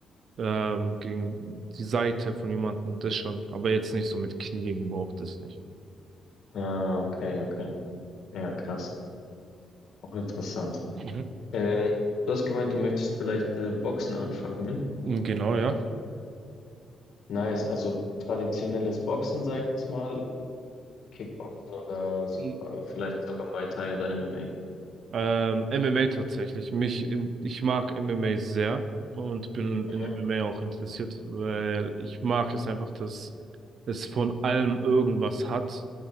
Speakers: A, on the right; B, on the left.
A: ähm, gegen die Seite von jemandem, das schon. Aber jetzt nicht so mit Knie gegen Bauch, das nicht.
B: Ah, okay, okay. Ja, krass. Auch interessant.
A: Mhm.
B: Ähm, du hast gemeint, du möchtest vielleicht äh, Boxen anfangen.
A: Genau, ja.
B: Nice, also traditionelles Boxen, sage ich jetzt mal, Kickboxen oder so,
A: Mhm.
B: äh, vielleicht sogar Muay Thai oder MMA.
A: Ähm, MMA tatsächlich. Mich, ich mag MMA sehr und bin
B: Mhm.
A: in MMA auch interessiert, weil ich mag es einfach, dass es von allem irgendwas hat.